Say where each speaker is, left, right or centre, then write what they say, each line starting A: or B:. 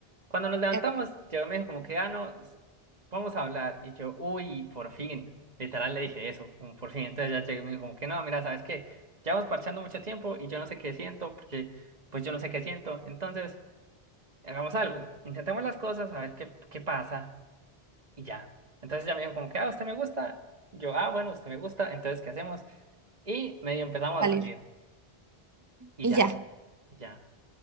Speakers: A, on the right (about 40°); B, on the right (about 25°).
A: Cuando nos levantamos,
B: Eh, voy
A: yo me dijo como que, ah, no, s- vamos a hablar. Y yo, uy, por fin. Literal le dije eso, un por fin. Entonces ya llegué y me dijo como que, no, mira, ¿sabes qué? Llevamos parchando mucho tiempo y yo no sé qué siento, porque pues yo no sé qué siento. Entonces, hagamos algo. Intentemos las cosas, a ver qué, qué pasa y ya. Entonces ya me dijo como que, ah, usted me gusta. Yo, ah, bueno, usted me gusta. Entonces, ¿qué hacemos? Y medio empezamos
B: a
A: a
B: salir.
A: salir. Y
B: Y
A: ya.
B: ya.
A: Y ya.